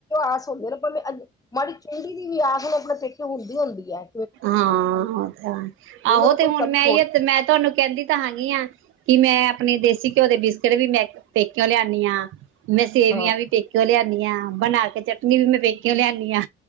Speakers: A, on the left; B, on the right.
A: ਆਸ ਹੁੰਦੇ ਨੇ ਭਾਵੇਂ ਮਾੜੀ ਚੁੰਡੀ ਦੀ ਵੀ ਆਸ ਆਪਣੇ ਪੇਕੇ ਹੁੰਦੀ ਹੁੰਦੀ ਐ।
B: ਹਾਂ ਉਹ ਤਾਂ ਐ।
A: ਉਹਨਾਂ
B: ਆਹੋ
A: ਨੂੰ ਕੋਈ
B: ਤੇ ਹੁਣ
A: ਕਮੀ
B: ਮੈਂ
A: ਥੋੜੀ
B: ਏ ਤੇ ਮੈਂ ਤੁਹਾਨੂੰ ਕਹਿੰਦੀ ਤਾਂ ਹੈਗੀ ਆ ਕਿ ਮੈਂ ਅਪਣੀ ਦੇਸੀ ਘਿਓ ਦੇ ਬਿਸਕਿਟ ਵੀ ਮੈਂ ਪੇਕਿਓ ਲਿਆਂਨੀ ਹਾਂ। ਮੈਂ ਸੇਵੀਆਂ
A: ਹਾਂ
B: ਵੀ ਪੇਕੇਓਂ ਲਿਆਨੀ ਆਂ, ਬਣਾ ਕੇ ਚਟਨੀ ਵੀ ਮੈਂ ਪੇਕੇਓਂ ਲਿਆਨੀ ਆ।